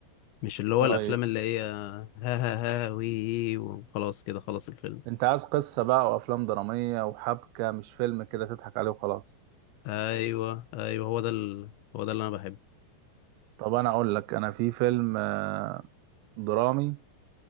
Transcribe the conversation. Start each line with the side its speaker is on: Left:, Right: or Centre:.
Left: مش اللي هو
Right: طيب
Left: الافلام اللي هي ها ها ها وي وخلاص كده خلص الفيلم
Right: انت عايز قصة بقى وافلام درامية وحبكة مش فيلم كده تضحك عليه وخلاص
Left: ايوه ايوه هو ده ال... هو ده اللي انا بحبه
Right: طب انا اقول لك انا في فيلم آه، درامي